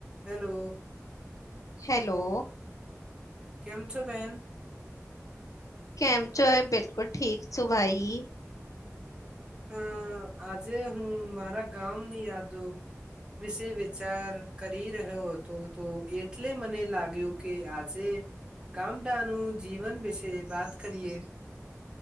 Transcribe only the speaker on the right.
હેલો
કેમ છો બેન
હ આજે હું મારા ગામની યાદો વિશે વિચાર કરી રહ્યો હતો તો એટલે મને લાગ્યું કે આજે ગામડા નું જીવન વિશે વાત કરીએ